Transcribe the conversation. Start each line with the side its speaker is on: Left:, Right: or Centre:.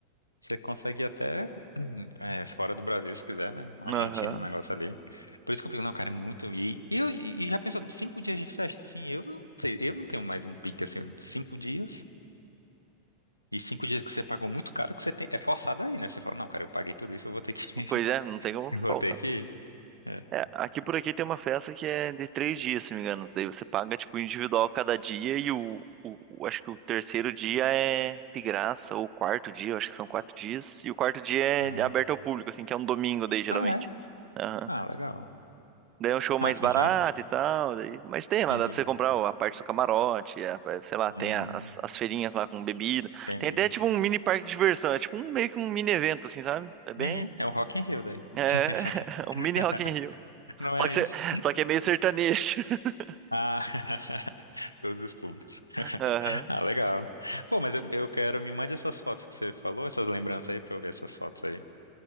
Left: Você consegue ir até <clears throat> hum, é, fora do Brasil, se quiser, né? Um argentino,
Right: Aham.
Left: um negócio ali. Por isso que eu fico, não, cara, é muito. E, e, eu- e já pensou, cinco dias de festa? Sim, eu não sei, eu não tenho mais um pique assim, cinco dias. E cinco dias que você pagou muito caro, que você tem, é forçado aí, né? Você fala, não, cara, eu paguei tudo isso, eu vou ter que, <laughs>
Right: Pois é, não tem como
Left: eu vou
Right: faltar.
Left: ter que ir. É.
Right: É, aqui por aqui tem uma festa que é de três dias, se não me engano. Daí você paga, tipo, individual cada dia e o, o, o- acho que o terceiro dia é de graça, ou o quarto dia, eu acho que são quatro dias. E o quarto dia é
Left: Ah,
Right: aberto ao público, assim, que é um domingo daí, geralmente.
Left: ah, é?
Right: Aham.
Left: Ah, legal.
Right: Daí é um show mais
Left: Ah, assim
Right: barato
Left: já
Right: e tal, daí... mas tem
Left: entendi.
Right: lá, dá pra você comprar a parte do camarote, é, é, sei lá,
Left: Hum,
Right: tem a- as, as feirinhas lá com bebida.
Left: entendi.
Right: Tem até, tipo, um mini parque de diversão, é tipo um, meio que um mini evento, assim, sabe? É bem...
Left: Menino, é o Rock in Rio daí.
Right: É, <laughs> um
Left: <laughs>
Right: mini Rock in Rio.
Left: Não
Right: Só
Left: é
Right: que, ser-
Left: isso?
Right: só que é meio sertanejo. <laughs>
Left: Ah, <laughs> todos os públicos. <laughs>
Right: Aham.
Left: Ah, legal. Pô, mas eu, eu quero, me mande essas fotos que você falou, essas lembranças aí, pra eu ver essas fotos aí.